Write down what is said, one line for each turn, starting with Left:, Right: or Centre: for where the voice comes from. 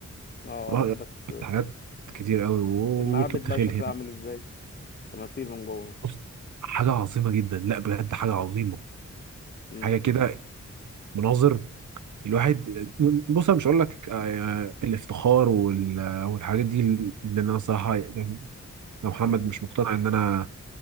Left: اه آه،
Right: آه،
Left: بس
Right: حاجات كتير قوي و-
Left: المعابد
Right: وركبت
Left: بقى
Right: خيل
Left: شكلها
Right: هنا
Left: عامل ازاي تماثيل من جوه
Right: بص حاجه عظيمه جدا لا بجد حاجه عظيمه
Left: امم
Right: حاجه كده مناظر الواحد بص انا مش هقول لك آه، الافتخار وال- والحاجات دي لان انا الصراحه يعني لو محمد
Left: امم
Right: مش مقتنع ان انا